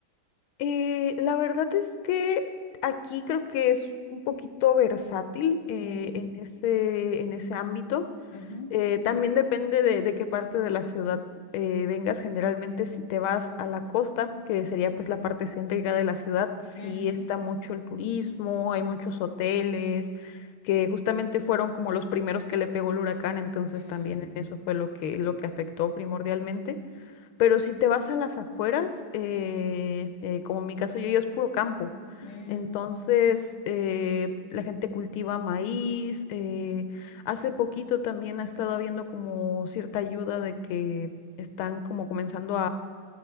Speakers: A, on the left; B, on the left.
A: Eh, la verdad es que aquí creo que es un poquito versátil eh,
B: Mm,
A: en ese, en ese ámbito.
B: ujú,
A: Eh, también depende de, de qué parte de la ciudad eh, vengas. Generalmente, si te vas a la costa, que sería pues la parte céntrica de la ciudad, sí
B: ujú,
A: está mucho el turismo, hay muchos hoteles que justamente fueron como los primeros que le pegó el huracán, entonces
B: mm,
A: también eso fue lo que, lo que afectó primordialmente. Pero si te vas a las afueras, eh, eh, como en mi caso, yo, yo es puro campo.
B: mm,
A: Entonces, eh, la gente cultiva maíz. eh, hace poquito también ha estado habiendo como cierta ayuda de que están como comenzando